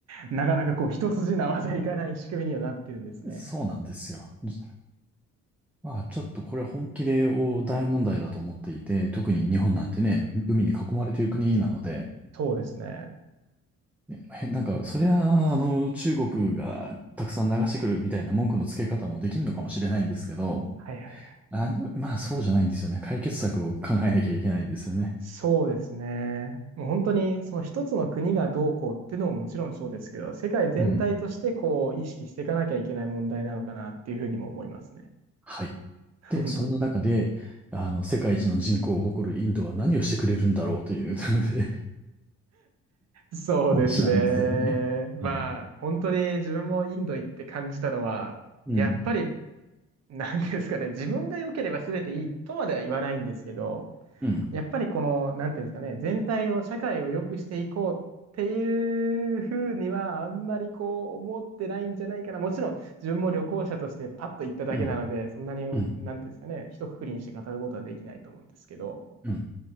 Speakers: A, on the right; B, in the centre.
A: なかなかこう、一筋縄じゃいかない仕組みにはなってるんですね。
B: そう <laughs> そうなんですよ。じまあちょっとこれ本気で大問題だと思っていて、特に日本なんてね、海に囲まれている国なので、
A: そうですね。
B: ねへなんかそりゃあの中国がたくさん流してくるみたいな文句のつけ方もできるのかもしれないんですけど、
A: はいはい。
B: あの、まあそうじゃないんですよね。解決策を考えなきゃいけないんですよね。
A: そうですね。もう本当にその一つの国がどうこうっていうのももちろんそうですけど、世界全体としてこう意識していかなきゃいけない問題なのかなっていうふうにも思いますね。
B: うん。はい。で、
A: 本当に。
B: そんな中で、あの、世界一の人口を誇るインドは何をしてくれるんだろうという <laughs>
A: そうですね。
B: 話なんですよね。
A: まあ本当に自分もインド行って感じたのは、
B: はい。うん。
A: やっぱりなんていうんですかね、自分が良ければ全ていいとまでは言わないんですけど、
B: うん。
A: やっぱりこの、なんていうんですかね、全体を、社会を良くしていこうっていうふうには、あんまりこう思ってないんじゃないかな。もちろん、自分も旅行者としてパッと行っただけなので、
B: うん。
A: そんなに、
B: うん。
A: なんていうんですかね、一括りにして語ることはできないと思うんですけど。
B: うん。